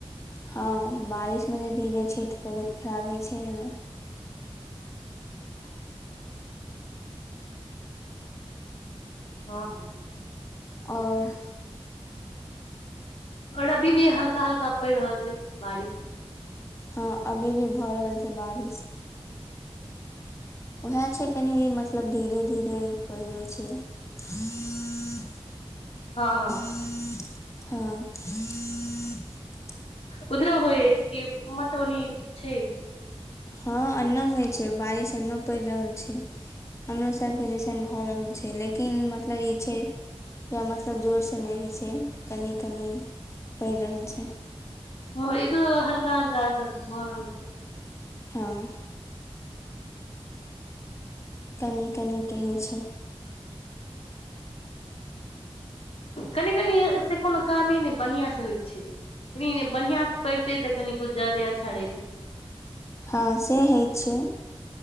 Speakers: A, on the left (about 30°); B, on the left (about 75°).
A: हँ, बारिशमे जे भीगै छै तऽ, तबियत खराब होइ छै ने।
B: <unintelligible> हँ- ह।
A: और।
B: और अभी भी, हल्का- हल्का पड़ि रहल छै, बारिश।
A: हँ अभी भी भऽ रहल छै, बारिश। उएह छै कनि मतलब धीरे- धीरे पड़ि रहल छै। <inaudible>
B: हँ- हँ।
A: हँ। <inaudible>
B: उधर होइए कि, मतलब ओ नि छै।
A: हँ, एनो होइ छै, बारिश एनो पड़ि रहल छै। हमरो सभके रिसन भऽ रहल छै, लेकिन मतलब ई छै। या मतलब जोरसँ नहि होइ छै, कनि -कनि पड़ि रहल छै।
B: ह इधरो हल्का -हलका सब भ रहल छै।
A: हाँ। कनि -कनि के होइ छै।
B: कनि -कनी से कोनो कामे नहि, बढ़िआं से होइत छै। कनि बढ़ियां से पढ़ते तऽ, कनि कछु ज्यादे अच्छा रहतै।
A: हाँ से होइ छै।